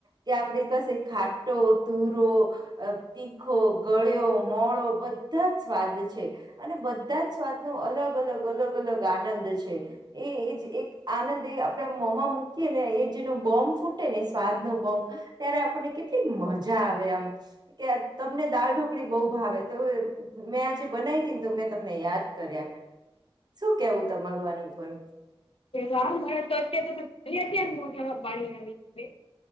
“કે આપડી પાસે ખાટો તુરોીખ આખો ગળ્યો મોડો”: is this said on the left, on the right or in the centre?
Right